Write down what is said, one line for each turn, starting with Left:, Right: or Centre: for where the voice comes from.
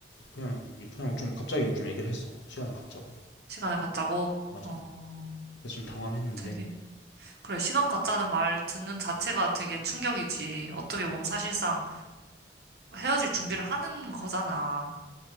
Left: 그냥 그냥 좀 갑자기 좀 얘기를 했어 시간을 갖자고
Right: 시간을 갖자고?
Left: 맞아
Right: 어,
Left: 그래서 좀 당황했는데
Right: 되게, 그래, 시간 갖자는 말 듣는 자체가 되게 충격이지. 어떻게 보면 사실상 헤어질 준비를 하는 거잖아.